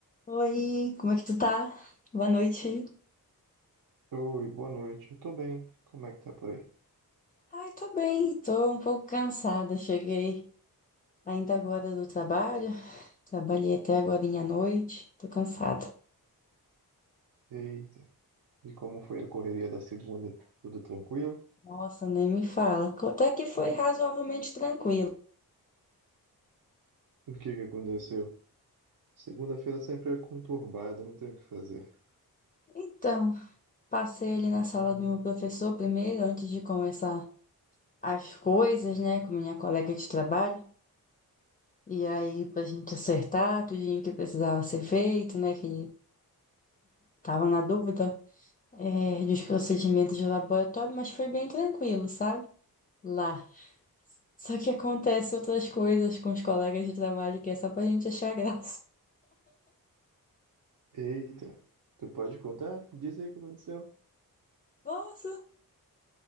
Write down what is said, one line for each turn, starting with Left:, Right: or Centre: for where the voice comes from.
Left: Oi, como é que tu tá? Boa noite.
Right: Oi, boa noite. Eu tô bem. Como é que tá por aí?
Left: Ai, tô bem, tô um pouco cansada. Cheguei ainda agora do trabalho, trabalhei até agora à noite, tô cansada.
Right: Eita, e como foi a correria da segunda? Tudo tranquilo?
Left: Nossa, nem me fala. Até que foi razoavelmente tranquilo.
Right: O que que aconteceu? Segunda-feira sempre é conturbada, não tem o que fazer.
Left: Então, passei ali na sala do meu professor primeiro, antes de começar as coisas, né, com minha colega de trabalho. E aí, pra gente acertar tudinho que precisava ser feito, né, que tava na dúvida. é, dos procedimentos de laboratório, mas foi bem tranquilo, sabe? Lá. Só que acontece outras coisas com os colegas de trabalho que é só pra gente achar graça.
Right: Eita, tu pode contar? Diz aí o que aconteceu.
Left: <laughs> Nossa,